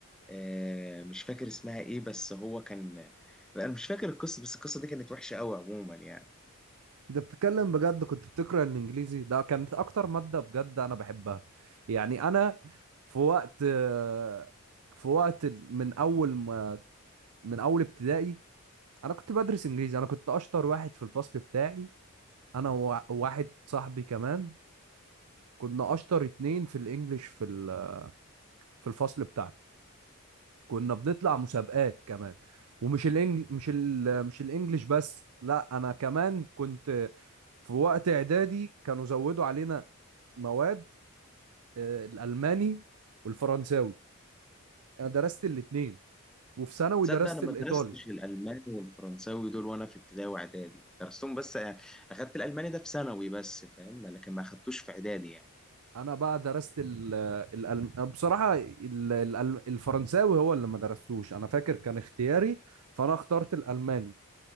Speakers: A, in the centre; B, on the right.
A: آه، مش فاكر اسمها إيه بس هو كان أنا مش فاكر القصة بس القصة دي كانت وحشة قوي عموما يعني
B: انت بتتكلم بجد كنت بتقرا الانجليزي ده كانت اكتر ماده بجد انا بحبها يعني انا في وقت آه، في وقت ال- من اول ما من اول ابتدائي انا كنت بدرس انجليزي انا كنت اشطر واحد في الفصل بتاعي انا ووا- وواحد صاحبي كمان كنا اشطر اتنين في الانجليش في ال- في الفصل بتاعنا كنا بنطلع مسابقات كمان ومش الانجل مش ال مش الانجليش بس لا انا كمان كنت في وقت اعدادي كانوا زودوا علينا مواد آه، الالماني والفرنساوي انا درست الاتنين وفي ثانوي
A: تصدق
B: درست
A: أنا ما
B: الايطالي
A: درستش الألماني والفرنساوي دول وأنا في ابتدائي وإعدادي درستهم بس آه، أخدت الألماني ده في ثانوي بس فاهم لكن ما أخدتوش في إعدادي يعني
B: انا بقى درست ال الألم... بصراحه ال... الألم... الفرنساوي هو اللي ما درستوش انا فاكر كان اختياري فانا اخترت الالماني